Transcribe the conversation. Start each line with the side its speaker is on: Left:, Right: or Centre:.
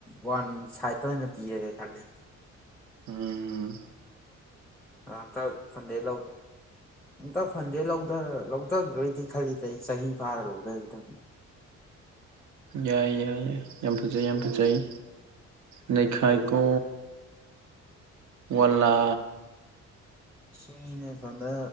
Centre: ꯋꯥꯟ ꯁꯥꯏꯠꯇ ꯑꯣꯢꯅ ꯄꯤꯔꯒꯦꯅ ꯈꯜꯂꯦ
Right: ꯎꯝ
Centre: ꯀꯅꯥꯝꯇ ꯐꯟꯗꯦ ꯂꯧ ꯑꯝꯇ ꯐꯟꯗꯩ ꯂꯧꯗ ꯂꯧꯗ ꯒꯤꯔꯣꯢ ꯈꯜꯂꯤꯗ ꯑꯩ ꯆꯍꯤ ꯐꯥꯔ ꯂꯧꯗꯒꯦ ꯇꯧꯕ
Right: ꯌꯥꯏ ꯌꯥꯏꯌꯦ ꯌꯥꯝ ꯐꯖꯩ ꯌꯥꯝ ꯐꯖꯩ ꯅꯩꯈꯥꯏꯀꯣ ꯋꯥꯂ
Centre: ꯁꯤꯅꯦ ꯁꯣꯝꯗ